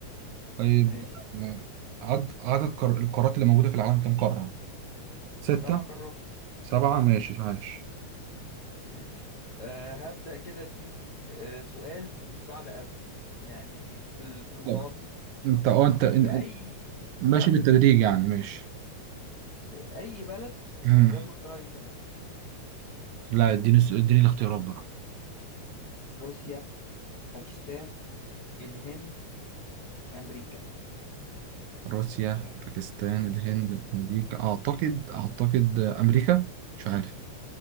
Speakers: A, on the right (about 80°); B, on the left (about 45°).
A: طيب
B: ماشي
A: آه، عد- عدد القار- القارات اللي موجودة في العالم كام قارة؟ ستة
B: سبع قارات
A: سبعة ماشي عايش
B: ماشي آه هبدأ كده اديك آه سؤال مش صعب قوي يعني في ال- في المتوسط
A: طب انت اه انت انت-
B: في
A: انت
B: اي
A: ماشي
B: اه
A: بالتدريج يعني ماشي
B: في اي بلد
A: مم.
B: تم اختراع الانترنت
A: لا اديني الس- اديني الاختيارات بقى
B: روسيا باكستان الهند امريكا
A: روسيا باكستان الهند امريكا اعتقد اعتقد امريكا مش عارف